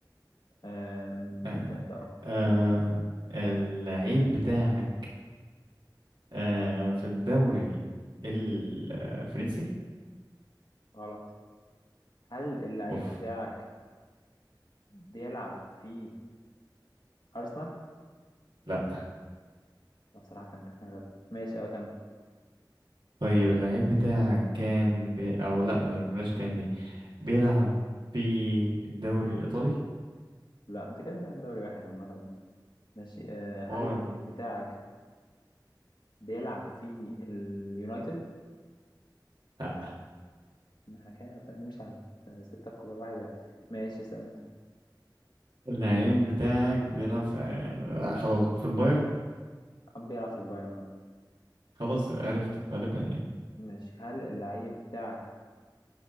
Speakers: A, on the left; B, on the right.
A: آم،
B: آه.
A: اسال انت اه
B: آه. آه، اللعيب بتاعك آه في الدوري الفرنسي
A: غلط هل اللعيب
B: اوف
A: بتاعك بيلعب في ارسنال
B: لا
A: لا، بصراحه كان تخمين غبي ماشي اه كمل
B: طيب اللعيب بتاعك كان بي... او لا بلاش كان دي بيلعب في الدوري الإيطالي
A: لا انت كده بقى دوري واحد عامه يعني ماشي آه، هل
B: هو
A: اللعيب بتاعك بيلعب في اليونايتد
B: لا
A: ما احنا كده هت- نمشي على الستة الكبار واحد واحد ماشي اسأل انت
B: اللعيب بتاعك بيلعب في لا، خلاص في البايرن
A: أب بيلعب في البايرن اه
B: خلاص يبقى عرفته غالبا يعني
A: ماشي هل اللعيب بتاعك